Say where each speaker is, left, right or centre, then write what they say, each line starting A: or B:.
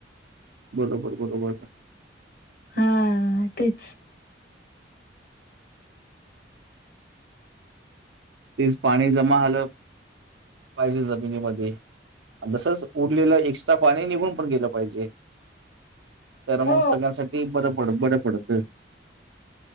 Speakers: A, on the right; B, on the left.
A: बरोबर बरोबर.
B: हां तेच
A: तेच पाणी जमा झालं, पाहिजे जमिनीमध्ये. अन तसच उडलेलं एक्स्ट्रा पाणी, निघून पण गेलं पाहिजे. तर
B: हो
A: मग सगळ्यांसाठी, बरं पड, बर पडतं.